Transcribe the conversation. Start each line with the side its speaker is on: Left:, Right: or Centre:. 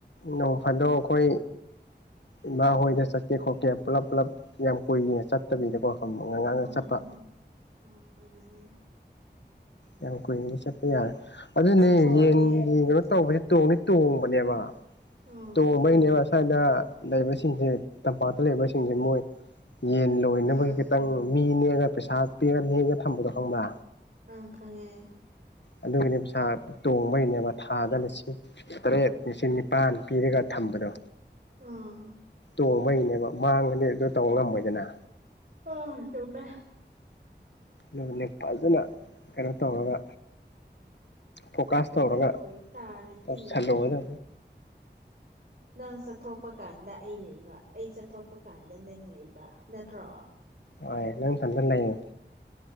Left: ꯅꯣꯡꯐꯥꯗꯣꯛ ꯑꯩꯈꯣꯏ ꯏꯃꯥ ꯍꯣꯏꯗ ꯆꯠꯀꯦ ꯈꯣꯠꯀꯦ ꯄꯨꯂꯞ ꯄꯨꯂꯞ ꯌꯥꯝ ꯀꯨꯏꯅ ꯆꯠꯇꯕꯤꯗꯀꯣ ꯉꯥꯡꯅ
Right: ꯎꯝ
Left: ꯆꯠꯄ
Right: ꯎꯝ ꯑꯗꯨꯅꯦ
Left: ꯌꯥꯝ ꯀꯨꯏꯅꯗꯤ ꯆꯠꯄ ꯌꯥꯔꯦ ꯑꯗꯨꯅꯦ
Right: ꯆꯠꯊꯣꯛꯑꯗꯤ
Left: ꯌꯦꯟꯒꯤ ꯀꯩꯅꯣ
Right: ꯆꯠꯊꯣꯛꯄ
Left: ꯇꯧꯕꯖꯦ
Right: ꯌꯥꯔꯦ
Left: ꯇꯣꯡꯗꯤ ꯇꯣꯡꯕꯅꯦꯕ
Right: ꯑꯣ ꯎꯝ
Left: ꯇꯣꯡꯕꯩꯅꯦꯕꯁ ꯊꯥꯏꯅ ꯂꯩꯕꯁꯤꯡꯁꯦ ꯇꯝꯄꯥꯛꯇ ꯂꯩꯕꯁꯤꯡꯁꯦ ꯃꯣꯏ ꯌꯦꯟ ꯂꯣꯏꯅꯕꯒꯤ
Right: ꯑꯪ
Left: ꯈꯤꯇꯪ ꯃꯤ ꯅꯦꯛꯑꯒ ꯄꯩꯁꯥ ꯄꯤꯔ ꯅꯦꯛꯑ ꯊꯝꯕꯗꯣ ꯈꯪꯕ꯭ꯔꯥ
Right: ꯑꯪ ꯈꯪꯉꯦ
Left: ꯑꯗꯨꯒꯤꯅꯦ ꯄꯩꯁꯥ ꯇꯣꯡꯕꯒꯤꯅꯦꯕ ꯊꯥꯗ ꯂꯤꯁꯤꯡ ꯇꯔꯦꯠ ꯂꯤꯁꯤꯡ ꯅꯤꯄꯥꯟ ꯄꯤꯔꯒ ꯊꯝꯕꯗꯣ
Right: ꯑꯥ
Left: ꯇꯣꯡꯕꯩꯅꯦꯕ ꯃꯥꯡꯉꯗꯤ ꯑꯗꯨ ꯇꯧ ꯉꯝꯃꯣꯏꯗꯅ
Right: ꯑꯥ ꯆꯨꯝꯃꯦ
Left: ꯑꯗꯨꯒꯅꯦ ꯐꯖꯅ ꯀꯩꯅꯣ ꯇꯧꯔꯒ ꯐꯣꯀꯥꯁ ꯇꯧꯔꯒ
Right: ꯑꯗꯨ ꯑꯣꯏꯇꯥꯔꯗꯤ
Left: ꯇꯧꯁꯜꯂꯑꯣꯅ
Right: ꯅꯪ ꯆꯠꯊꯣꯛꯄ ꯀꯥꯟꯗ ꯑꯩ ꯂꯩꯕ ꯑꯩ ꯆꯠꯊꯣꯛꯄ ꯀꯥꯟꯗ ꯅꯪ ꯂꯩꯕ ꯅꯠꯇ꯭ꯔꯣ
Left: ꯋꯥꯏ ꯅꯪ ꯊꯟꯗ ꯂꯩꯌꯦ